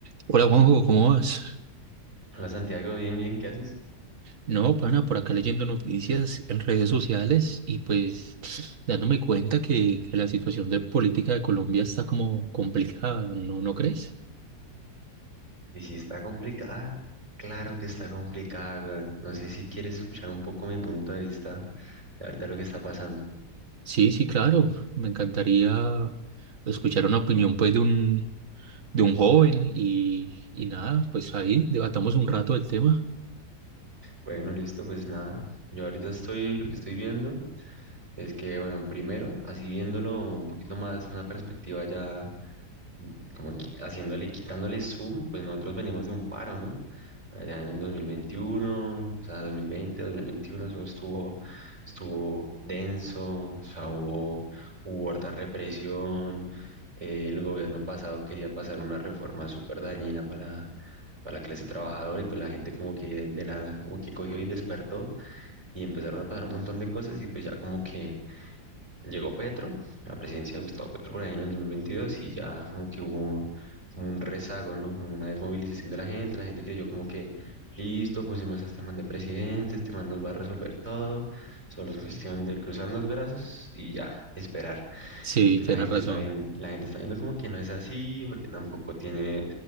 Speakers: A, on the right (about 50°); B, on the right (about 20°).
A: Hola Juanjo, ¿cómo vas?
B: Hola Santiago, bien, bien, ¿qué haces?
A: No, pana, por acá leyendo noticias en redes sociales y pues <sniffs> dándome cuenta que, que la situación de política de Colombia está como complicada, ¿no, no crees?
B: Y si está complicada, claro que está complicada, weón. No sé si quieres escuchar un poco mi punto de vista de ahorita lo que está pasando.
A: Sí, sí, claro. Me encantaría escuchar una opinión pues de un, de un joven y, y nada, pues ahí debatamos un rato el tema.
B: Bueno, listo, pues nada. Yo ahorita estoy, lo que estoy viendo es que, bueno, primero, así viéndolo un poquito más, una perspectiva ya como que haciéndole, quitándole zoom, pues nosotros venimos de un paro, ¿no? Por allá en el 2021, o sea, 2020, 2021, eso estuvo, estuvo denso, o sea, hubo, hubo harta represión, eh, el gobierno pasado quería pasar una reforma súper dañina para, para la clase trabajadora y pues la gente como que de, de la nada como que cogió y despertó y empezaron a pasar un montón de cosas y pues ya como que llegó Petro, la presidencia de Gustavo Petro por ahí en el dos mil veintidós y ya como que hubo como un rezago, ¿no? Como una desmovilización de la gente, la gente creyó como que listo, pusimos a este man de presidente, este man nos va a resolver todo, solo es cuestión de cruzarnos brazos y ya, esperar.
A: Sí,
B: Y pues
A: tienes
B: la gente
A: razón.
B: está bien, la gente está viendo como que no es así, porque tampoco tiene,